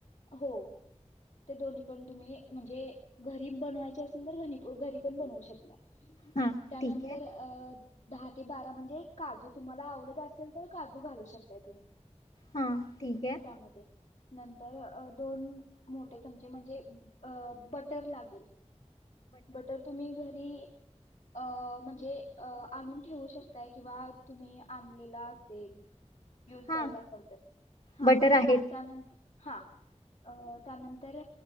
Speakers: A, on the left; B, on the left.
A: हो ते दोन्ही पण तुम्ही म्हणजे घरी बनवायचे असेल तर घनी पण घरी पण बनवू शकताय.
B: हा
A: त्यानंतर
B: ठीक आहे
A: अ दहा ते बारा म्हणजे काजू तुम्हाला आवडत असेल तर काजू घालू शकताय तुम्ही.
B: हा ठीक ये.
A: त्यामध्ये नंतर अ दोन मोठे चमचे म्हणजे अ बटर लागेल. बटर तुम्ही घरी अ म्हण हे अ आणून ठेवू शक ताय किंवा तुम्ही आणलेला असेल युज
B: हा
A: करत असाल तर, हा
B: बटर आहेत
A: त्यानंतर हा. अ त्यानंतर